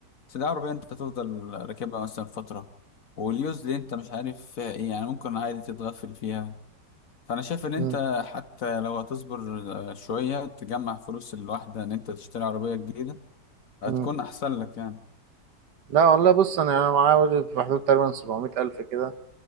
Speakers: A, on the left (about 55°); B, on the right (about 75°).
A: بس دي عربيه انت تفضل راكبها مثلا فتره واليوزد دي انت مش عارف فيها ايه يعني ممكن عادي تتغفل فيها فانا شايف ان انت
B: مم.
A: حتى لو هتصبر آه، شويه تجمع فلوس الواحده ان انت تشتري عربيه جديده هتكون
B: مم.
A: احسن لك يعني
B: لا والله بص انا انا معايا بادجت في حدود تقريبا 700 الف كده